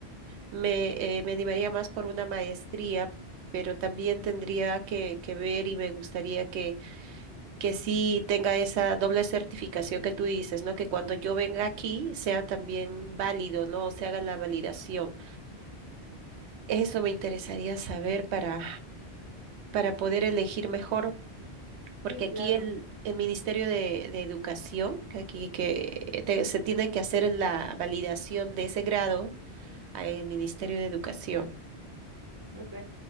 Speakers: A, on the right (about 80°); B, on the right (about 25°).
A: me, eh, me animaría más por una maestría, pero también tendría que, que ver y me gustaría que, que sí tenga esa doble certificación que tú dices, ¿no? Que cuando yo venga aquí sea también válido, ¿no? O se haga la validación. Eso me interesaría saber para, para poder elegir mejor, porque
B: Sí, claro.
A: aquí el, el Ministerio de, de Educación, que aquí que te- se tiene que hacer la validación de ese grado ah, en el Ministerio de Educación.
B: Ok.